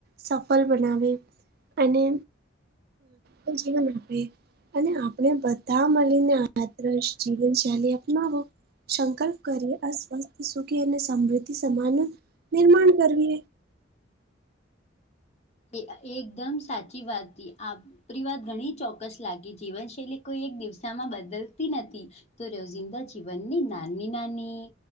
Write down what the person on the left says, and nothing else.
એ એકદમ સાચી વાત કી આપ પરી વાત ઘણી ચોક્કસ લાગી જીવનશૈલી કોઈ એક દિવસામાં બદલતી નથી તો રોજિંદા જીવનની નાની નાની